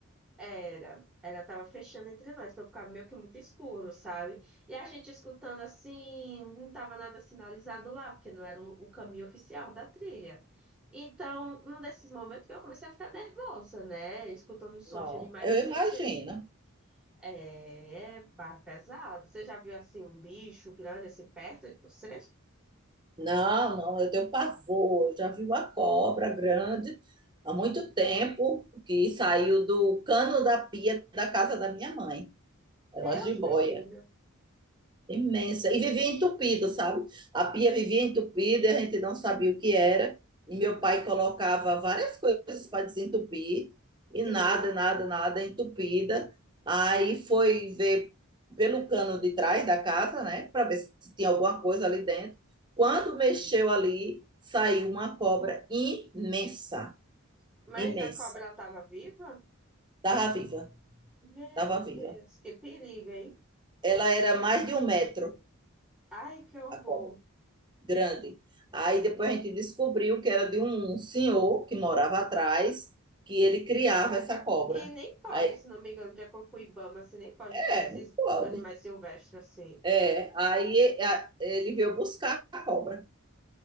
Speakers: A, in the centre; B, on the right (about 20°).
A: Era, ela tava fechando entre nós, então ficava meio que muito escuro, sabe? E a gente escutando assim, não tava nada sinalizado lá, porque não era o, o caminho oficial da trilha. Então, num desses momentos que eu comecei a ficar nervosa, né? Escutando os
B: Não,
A: sons de animais
B: eu
A: assim,
B: imagino.
A: eu disse, é, pá, pesado. Você já viu assim um bicho grande assim perto de você?
B: Não, não, eu tenho pavor. Eu já vi uma cobra grande há muito tempo que saiu do cano da pia da casa da minha mãe. Era
A: Deus
B: uma jiboia.
A: me livre.
B: Imensa. E vivia entupido, sabe? A pia vivia entupida e a gente não sabia o que era. E meu pai colocava várias coisas para desentupir
A: Sim,
B: e nada, nada, nada entupida. Aí foi ver pelo cano de trás da casa, né, para ver se tinha alguma coisa ali dentro. Quando mexeu ali, saiu uma cobra imensa,
A: mas
B: imensa.
A: a cobra tava viva?
B: Estava viva,
A: Meu
B: estava viva.
A: Deus, que perigo, hein?
B: Ela era mais de um metro,
A: Ai, que horror.
B: a cobra. grande. Aí depois a gente descobriu que era de um senhor que morava atrás, que ele criava essa cobra.
A: E nem pode,
B: Aí,
A: se não me engano, de acordo com o Ibama, assim, nem pode
B: é,
A: criar esses
B: não pode.
A: animais silvestres assim.
B: É, aí a- ele veio buscar a cobra,